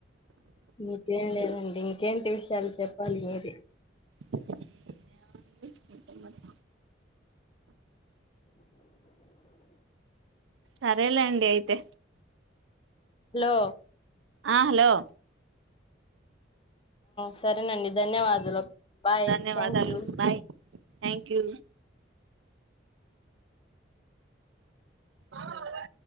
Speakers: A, on the left; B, on the right.
A: ఇంకేం లేదండి ఇంకేంటి విషయాలు చెప్పాలి మీరే
B: మట మంట సరేలేండి అయితే
A: హలో
B: ఆ హలో
A: సరేనండి ధన్యవాదులు బాయ్
B: ధన్యవాదాలు
A: థ్యాంక్ యూ
B: బాయ్ థ్యాంక్ యూ ఆ అ